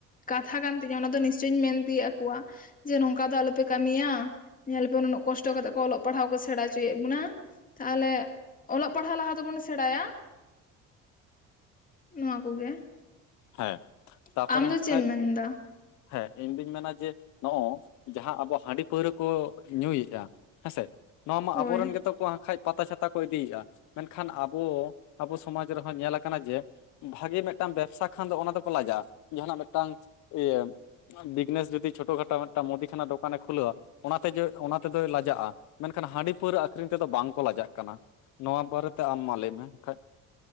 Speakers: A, on the left (about 30°); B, on the left (about 70°).
A: ᱠᱟᱛᱷᱟ ᱠᱟᱱ ᱛᱤᱧᱟᱹ ᱚᱱᱟ ᱫᱚ ᱱᱤᱥᱪᱚᱭᱤᱧ ᱢᱮᱱ ᱛᱮᱭᱳᱜ ᱟᱠᱚᱣᱟ ᱾ ᱡᱮ ᱱᱚᱝᱠᱟ ᱫᱚ ᱟᱞᱚᱯᱮ ᱠᱟᱹᱢᱤᱭᱟ ᱧᱮᱞᱯᱮ ᱱᱩᱱᱟᱹᱜ ᱠᱚᱥᱴᱚ ᱠᱟᱛᱮᱜ ᱠᱚ ᱚᱞᱚᱜ ᱯᱟᱲᱦᱟᱜ ᱠᱚ ᱥᱮᱲᱟ ᱦᱚᱪᱚᱭᱮᱫ ᱵᱚᱱᱟ ᱾ ᱛᱟᱦᱚᱞᱮ ᱚᱞᱚᱜ ᱯᱟᱲᱦᱟᱜ ᱞᱟᱦᱟ ᱛᱮᱵᱚᱱ ᱥᱮᱲᱟᱭᱟ ᱱᱚᱣᱟ ᱠᱚᱜᱮ
B: ᱦᱮᱸ
A: ᱾
B: ᱛᱟᱯᱚᱨᱮ
A: ᱟᱢ ᱫᱚ
B: ᱦᱟᱸᱜ
A: ᱪᱮᱫ
B: ᱠᱷᱟᱡ
A: ᱮᱢ ᱢᱮᱱᱫᱟ?
B: ᱦᱮᱸ ᱤᱧ ᱫᱩᱧ ᱢᱮᱱᱟ ᱡᱮ ᱱᱚ-ᱚ ᱡᱟᱦᱟᱸ ᱟᱵᱚ ᱦᱟᱺᱰᱤ ᱯᱟᱹᱣᱨᱟᱹ ᱠᱚ ᱧᱩᱭᱮᱫᱼᱟ ᱾ ᱦᱮᱸᱥᱮ ᱱᱚᱣᱟ ᱢᱟ
A: ᱦᱳᱭ
B: ᱟᱵᱚᱨᱮᱱ ᱜᱮᱛᱚ ᱠᱚ ᱦᱟᱸᱠᱷᱟᱡ ᱯᱟᱛᱟ ᱪᱷᱟᱛᱟ ᱠᱚ ᱤᱫᱤᱭᱮᱫᱼᱟ ᱾ ᱢᱮᱱᱠᱷᱟᱱ ᱟᱵᱚ ᱟᱵᱚ ᱥᱚᱢᱟᱡᱽ ᱨᱮᱦᱚᱸ ᱧᱮᱞ ᱠᱟᱱᱟ ᱡᱮ ᱵᱷᱟᱜᱮ ᱢᱤᱫᱴᱟᱝ ᱵᱮᱵᱥᱟ ᱠᱷᱟᱱ ᱫᱚ ᱚᱱᱟ ᱫᱚᱠᱚ ᱞᱟᱡᱟᱜᱼᱟ ᱾ ᱡᱟᱦᱟᱱᱟᱜ ᱢᱤᱫᱴᱟᱝ ᱤᱭᱟᱹ ᱵᱤᱜᱱᱮᱥ ᱡᱩᱫᱤ ᱪᱷᱳᱴᱳ ᱠᱷᱟᱴᱚ ᱢᱤᱫᱴᱟᱝ ᱢᱩᱫᱤ ᱠᱷᱟᱱᱟ ᱫᱚᱠᱟᱱᱮ ᱠᱷᱩᱞᱟᱹᱣᱟ ᱾ ᱚᱱᱟᱛᱮᱫᱚ ᱚᱱᱟᱛᱮᱫᱚᱭ ᱞᱟᱡᱟᱜᱼᱟ ᱾ ᱢᱮᱱᱠᱷᱟᱱ ᱦᱟᱺᱰᱤ ᱯᱟᱹᱣᱨᱟᱹ ᱟᱹᱠᱷᱨᱤᱧ ᱛᱮᱫᱚ ᱵᱟᱝᱠᱚ ᱞᱟᱡᱟᱜ ᱠᱟᱱᱟ ᱾ ᱱᱚᱣᱟ ᱵᱟᱨᱮᱛᱮ ᱟᱢ ᱢᱟ ᱞᱟᱹᱭᱢᱮ, ᱵᱟᱠᱷᱟᱡ!